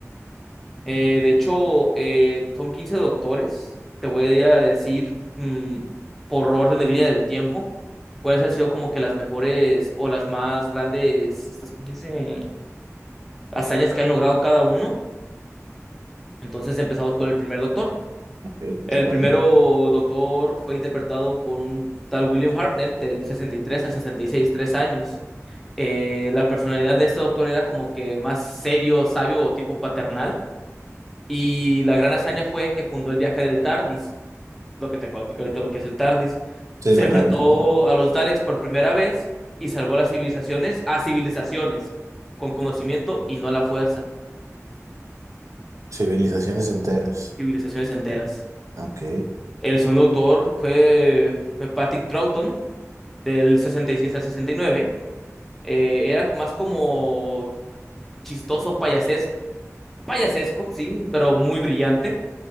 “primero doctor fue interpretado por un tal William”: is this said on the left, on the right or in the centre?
Centre